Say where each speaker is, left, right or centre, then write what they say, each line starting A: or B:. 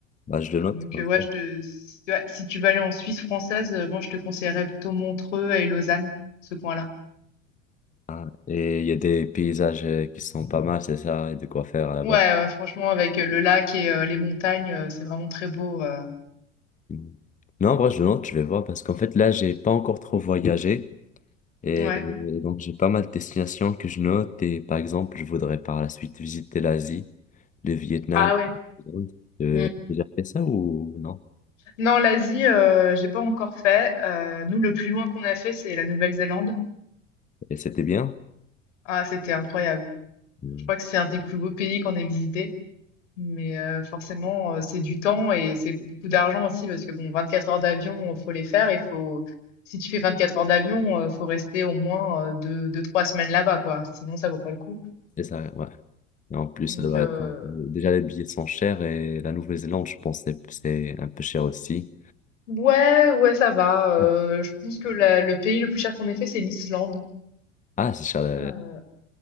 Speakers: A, on the left; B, on the left.
A: bah, je le note
B: donc
A: comme
B: euh, ouais,
A: ça.
B: je te, si, ouais, si tu vas aller en Suisse française, euh, moi je te conseillerais plutôt Montreux et Lausanne, ce coin-là.
A: Ah, et il y a des paysages euh, qui sont pas mal, c'est ça, et de quoi faire là-bas.
B: Ouais, ouais, franchement, avec euh, le lac et euh, les montagnes, euh, c'est vraiment très beau. euh.
A: Mhm. Non, en vrai, je le note, je vais voir, parce qu'en fait, là, j'ai pas encore trop voyagé. Et
B: Ouais.
A: euh, donc, j'ai pas mal de destinations que je note. Et par exemple, je voudrais par la suite visiter l'Asie. le Vietnam,
B: Ah ouais.
A: la Thaïlande. Euh,
B: Mm.
A: t'as déjà fait ça ou non?
B: Non, l'Asie, euh, j'ai pas encore fait. Euh, nous, le plus loin qu'on a fait, c'est la Nouvelle-Zélande.
A: Et c'était bien?
B: Ah, c'était incroyable.
A: Mm.
B: Je crois que c'est un des plus beaux pays qu'on ait visité. Mais heu, forcément, heu, c'est du temps et c'est beaucoup d'argent aussi parce que bon, 24 heures d'avion, faut les faire et faut si tu fais 24 heures d'avion, heu, faut rester au moins, heu, 2-2-3 semaines là-bas, quoi. Sinon ça vaut pas le coup.
A: C'est ça, ouais. Et en plus,
B: Donc
A: ça doit
B: heu,
A: être un peu... Déjà, les billets sont chers et la Nouvelle-Zélande, je pense, c'est c'est un peu cher aussi.
B: ouais, ouais, ça va, heu,
A: Non.
B: je pense que la le pays le plus cher qu'on ait fait, c'est l'Islande.
A: Ah, c'est cher. euh.
B: Heu,